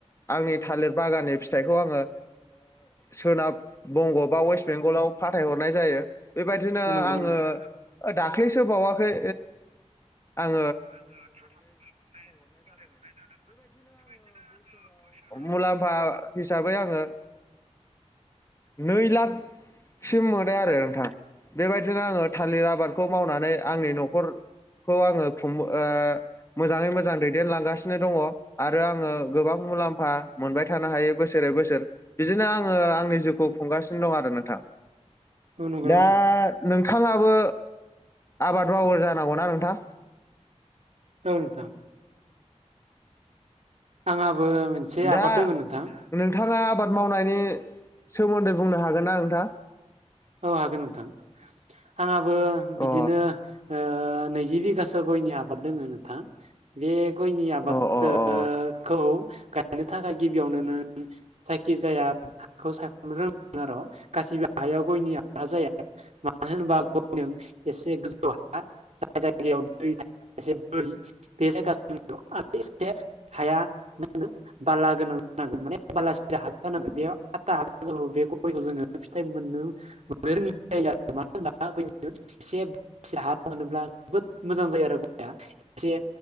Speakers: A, on the left (about 25°); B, on the right (about 70°).
A: आंनि थालिर बागाननि फिथाइखौ आङो सोनाब बंग ओ बा वेस्ट बेंगलाव फाथायहरनाय जायो बेबायदिनो
B: औ नंगौ
A: आङो
B: नामा नोंथां
A: दाख्लैसो बावाखै आं
B: आङो ताता मबेल गंनै फाथाय हरनाय जादोंमोन बेबायदिनो आङो बोसोर
A: मुलाम्फा हिसाबै आङो नै लाख सिम मोनो आरो नोंथां बेबायदिनो आङो थालिर आबादखौ मावनानै आंनि न'खरखौ आङो खुंबो ओ मोजाङै मोजां दैदेनलांगासिनो दङ आरो आङो गोबां मुलाम- फा मोनबाय थानो हायो बोसोरै बोसोर बिदिनो आङो आंनि जिउखौ खुंगासिनो दं आरो नोंथां
B: औ नंगौ नामा
A: दा
B: नोंथां
A: नोंथाङाबो आबाद मावो जानांगौनाा नोंथां
B: औ नोंथां आंहाबो मोनसे
A: दा
B: आबाद दोङो नोंथां
A: नोंथाङा आबाद मावनायनि सोमोन्दै बुंनो हागोनना नोंथां?
B: औ हागोन नोंथां आंहाबो बिदिनो
A: अ
B: ओ नैजि बिगासो गयनि आबाद दोङो नोंथां बे गयनि आबाद
A: अ अ अ
B: ओ खौ गायनो थाखाय गिबियावनो नों जायखिजायाखौ हाखौ सायख'नो रोंनांगोन आरो' गासिबो हायाव गयनि आबादा जाया मानो होनोबा गयनो एसे गोजौ हा जाय जायगायाव दै थाया एसे बोरि बे जायगाखौ सायखनांगौ आरो एसे हाया माहोनो बाला गोनां जानांगोन माने बालासिरिया हाजार जानांगोन बेयाव आथा हागोजौ बे गयखौ जोङो फिथाइ मोननो मोननो रोंङि जायो आरो मानो होनोबा बैयो एसे बालासिया हा मोनोब्ला जोबोद मोजां जायो आरो गया एसे